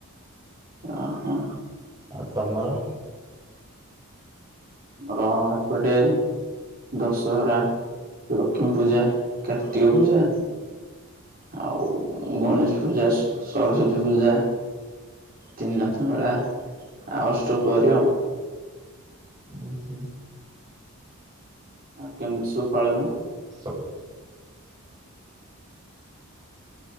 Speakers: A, on the right (about 40°); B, on the right (about 20°).
A: ଓ ହୋ।
B: ଆ ତମରା
A: ଆମର ଏପଟେ ଦଶହରା ଲକ୍ଷ୍ମୀ ପୂଜା କାର୍ତ୍ତିକ ପୂଜା ଆଉ ଗଣେଶ ପୂଜା ସରସ୍ଵତୀ ପୂଜା ତିିନାଥ ବେଳା ଆ ଅଷ୍ଟ ପରେ ଆଉ
B: ଆକି
A: ଆଉ କେମ ଶୁ ପାଳନ ହଏ।
B: ସବୁ